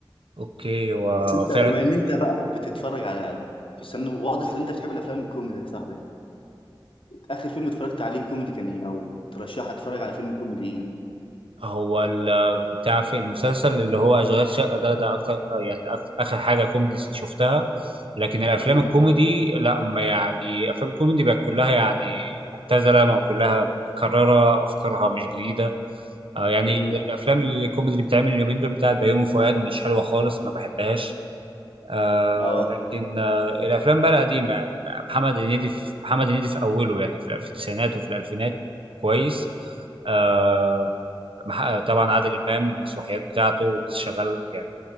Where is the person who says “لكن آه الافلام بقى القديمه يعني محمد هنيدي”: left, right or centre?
Right